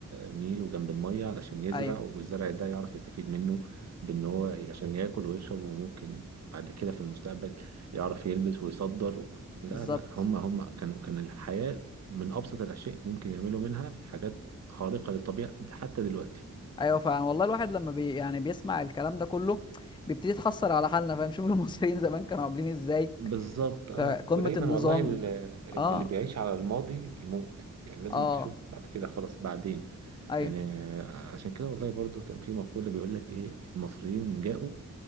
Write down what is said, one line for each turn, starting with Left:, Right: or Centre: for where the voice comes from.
Right: النيل وجنب الميه علشان يزرع
Left: ايوه
Right: والزرع ده يعرف يستفيد منه بان هو عشان ياكل ويشرب وممكن بعد كده في المستقبل يعرف يلبس ويصدر لا
Left: بالظبط
Right: لا هم هم كانوا كان الحياه من ابسط الاشياء ممكن يعملوا منها حاجات خارقه للطبيعه حتى دلوقتي
Left: ايوه فعلا والله الواحد لما بي يعني بيسمع الكلام ده كله بيبتدي يتحسر على حالنا فاهم شوف المصريين <laughs> زمان كانوا عاملين ازاي
Right: بالظبط اه
Left: ك- قمة
Right: ودايما
Left: النظام
Right: والله ال- ال-
Left: اه
Right: اللي بيعيش على الماضي بيموت يعني لازم
Left: اه
Right: تشوف بعد كده خلاص بعدين
Left: ايوه
Right: يعني آه، عشان كده والله برضو كان في مقولة بيقول لك ايه المصريين جاءوا